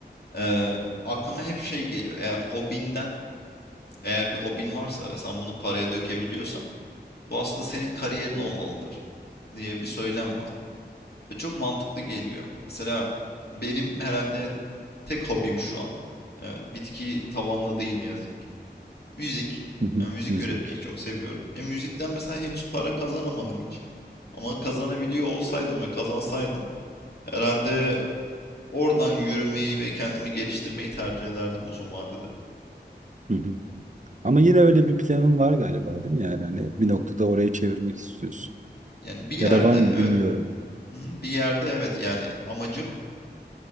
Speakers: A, on the left; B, on the right.
A: eee, aklıma hep şey geliyor, eğer hobinden, eğer bir hobin varsa ve sen bunu paraya dökebiliyorsan, bu aslında senin kariyerin olmalıdır diye bir söylem var ve çok mantıklı geliyor. Mesela benim herhalde tek hobim şu an, eee, bitki tavanlı değil ne yazık ki, müzik.
B: <laughs>
A: Eee, müzik
B: Müzik.
A: üretmeyi çok seviyorum. E, müzikten mesela henüz para kazanamadım hiç ama kazanabiliyor olsaydım ve kazansaydım herhalde Oradan yürümeyi ve kendimi geliştirmeyi tercih ederdim uzun vadede.
B: <laughs> Ama yine öyle bir planın var galiba değil mi? Yani hani bir noktada oraya çevirmek istiyorsun.
A: Yani bir yerde
B: Ya da var mı
A: evet,
B: bilmiyorum.
A: hı, bir yerde evet yani amacım